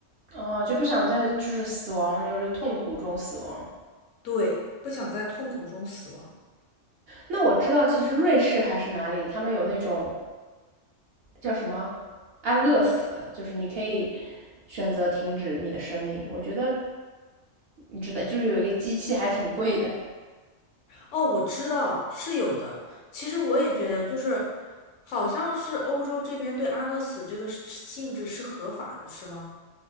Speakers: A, on the right (about 60°); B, on the left (about 75°).
A: 哦，就不想在就是死亡，就是痛苦中死亡。
B: 对，不想在痛苦中死亡。
A: 那我知道，其实瑞士还是哪里，他们有那种叫什么安乐死，就是你可以选择停止你的生命。我觉得你知道，就是有一个机器还挺贵的 <laughs>。
B: 哦，我知道是有的。其实我也觉得，
A: 对
B: 就是好像是欧洲这边对安乐死这个是性质是合法的，是吗？